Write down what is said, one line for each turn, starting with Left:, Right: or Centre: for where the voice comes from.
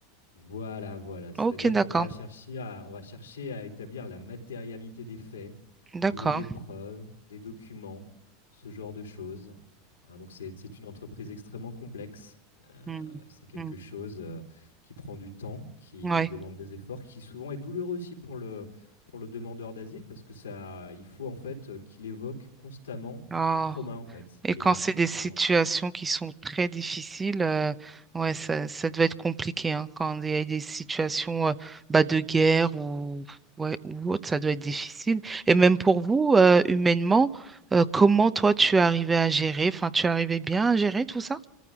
Left: Voilà, voilà. C'est-à-dire
Right: Ok, d'accord,
Left: qu'on va chercher à, on va chercher à établir la matérialité des faits,
Right: d'accord.
Left: trouver des preuves, des documents, ce genre de choses. Hein, donc c'est, c'est une entreprise extrêmement complexe. Euh,
Right: Hmm,
Left: c'est quelque
Right: hmm,
Left: chose euh, qui prend du temps, qui
Right: Ouais.
Left: demande des efforts, qui souvent est douloureux aussi pour le, pour le demandeur d'asile parce que ça, il faut en fait euh, qu'il évoque constamment
Right: Ah.
Left: son trauma en fait,
Right: Et
Left: les
Right: quand
Left: motifs
Right: c'est des
Left: qui
Right: situations
Left: l'ont
Right: qui sont très difficiles, euh, ouais, ça, ça doit être compliqué, hein. Quand il y a des situations euh, bah, de guerre ou, ouais, ou autre, ça doit être difficile. Et même pour vous, euh, humainement, euh, comment toi tu arrivais à gérer? Enfin, tu arrivais bien à gérer tout ça?